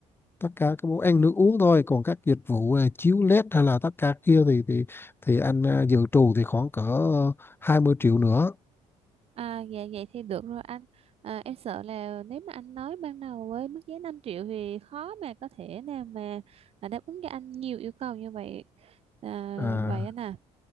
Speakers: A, on the left (about 15°); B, on the right (about 50°).
A: tất cả các món ăn nước uống thôi còn các dịch vụ ờ, chiếu led hay là tất cả kia thì thì thì anh ờ, dự trù thì khoảng cỡ ờ, 20 triệu nữa
B: À, dạ vậy thì được rồi anh à, em sợ là nếu mà anh nói ban đầu với mức giá 5 triệu thì khó mà có thể nào mà à, đáp ứng cho anh nhiều yêu cầu như vậy à,
A: à
B: vậy anh à